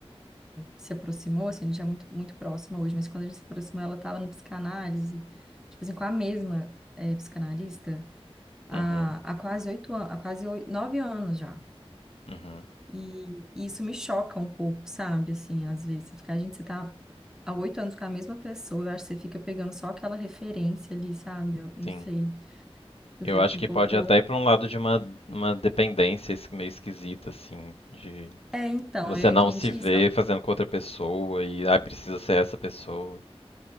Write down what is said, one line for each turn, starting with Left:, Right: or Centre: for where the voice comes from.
Centre: se aproximou, assim, a gente é muito, muito próxima hoje, mas quando a gente se aproximou, ela estava na psicanálise, tipo assim, com a mesma eh, psicanalista há,
Left: Uhum,
Centre: há quase oito anos, há quase oi- nove anos já.
Left: uhum,
Centre: E, e isso me choca um pouco, sabe? Assim, às vezes, você fica, gente, você tá há oito anos com a mesma pessoa, eu acho que você fica pegando só aquela referência ali, sabe? Eu não
Left: sim.
Centre: sei, eu
Left: Eu
Centre: fico
Left: acho
Centre: um
Left: que
Centre: pouco.
Left: pode até ir para um lado de uma, uma dependência es- meio esquisita, assim, de
Centre: É, então,
Left: você
Centre: eu entendi
Left: não se ver
Centre: isso. ela-
Left: fazendo com outra pessoa e, ah, precisa ser essa pessoa.